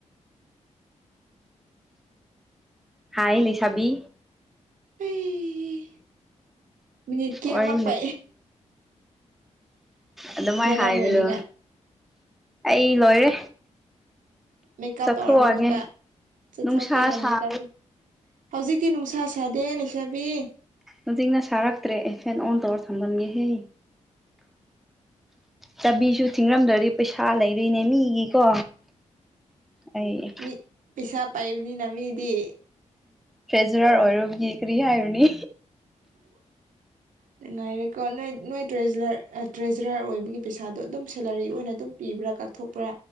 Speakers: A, in the centre; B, on the right.
A: <inaudible> ꯍꯥꯏ ꯂꯩꯁꯥꯕꯤ
B: ꯑꯩ ꯃꯤꯅꯤꯠ ꯀꯃꯛꯄ
A: ꯋꯥꯔꯤ ꯑꯗꯨꯃꯥꯏꯅ
B: ꯅꯪ
A: ꯍꯥꯏꯒꯅꯨ
B: ꯂꯣꯏꯅꯤꯡꯉꯥꯏ
A: ꯑꯩ ꯂꯣꯏꯔꯦ
B: ꯃꯦꯀꯞ
A: ꯆꯠꯊꯣꯛꯑꯒꯦ
B: ꯇꯧꯔꯕ ꯑꯃꯨꯛꯀ ꯆꯠꯊꯣꯛꯀꯦꯅ
A: ꯅꯨꯡꯁꯥ ꯁꯥꯕ
B: ꯃꯦꯀꯞ ꯍꯧꯖꯤꯛꯇꯤ ꯅꯨꯡꯁꯤ ꯑꯁꯗꯦ ꯂꯩꯁꯥꯕꯤ
A: ꯍꯧꯖꯤꯛꯅ ꯁꯥꯔꯛꯇ꯭ꯔꯦ ꯑꯩ ꯐꯦꯟ ꯑꯣꯟ ꯇꯧꯔ ꯊꯝꯂꯝꯒꯦꯍꯦ ꯆꯥꯕꯤꯁꯨ ꯊꯤꯡꯉꯝꯗꯣꯗꯤ ꯄꯩꯁꯥ ꯂꯩꯔꯣꯏꯅꯦ ꯃꯤꯒꯤꯀꯣ ꯑꯩ
B: ꯃꯤ ꯄꯤꯁꯥ ꯄꯥꯏꯕꯅ ꯃꯤꯗꯤ
A: ꯐꯦꯖꯨꯔꯔ ꯑꯣꯏꯔꯒꯤ ꯀꯔꯤꯍꯥꯏꯔꯅꯤ
B: ꯅꯨꯡꯉꯥꯏꯔꯦꯀꯣ ꯅꯣꯏ ꯅꯣꯏ ꯇ꯭ꯔꯦꯖꯔꯔ ꯑꯣꯏꯕꯒꯤ ꯄꯩꯁꯥꯗꯣ ꯑꯗꯨꯝ ꯁꯦꯂꯔꯤ ꯑꯣꯏꯅ ꯑꯗꯨꯝ ꯄꯤ ꯂꯩꯕ꯭ꯔꯥ ꯀꯥꯊꯣꯛꯄ꯭ꯔꯥ